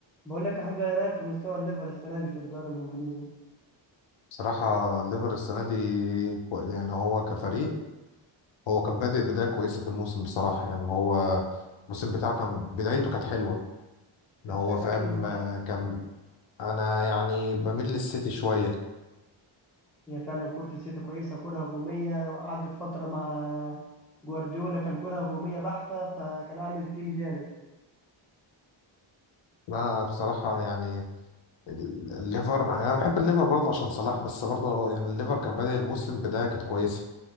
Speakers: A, in the centre; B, on the left.
A: بقول لك يا حوده ايه رايك في مستوى الليفر السنه دي في الدوري الانجليزي
B: بصراحة الليفر السنة دي كو- يعني هو كفريق هو كان بادئ بداية كويسة في الموسم بصراحة يعني هو الموسم بتاعه كان بدايته كانت حلوة ان
A: انت
B: هو
A: بتشجع
B: فاهم
A: مين صح
B: آه، كان انا يعني بميل للسيتي شوية
A: هي فعلا كره السيتي كويسه كره هجوميه وقعدت فتره مع جوارديولا كان كره هجوميه بحته فكان عامل تيم جامد
B: انا بصراحة يعني ال- الليفر يعني انا بحب الليفر برضه عشان صلاح بس برضه يعني الليفر كان بادئ الموسم بداية كانت كويسة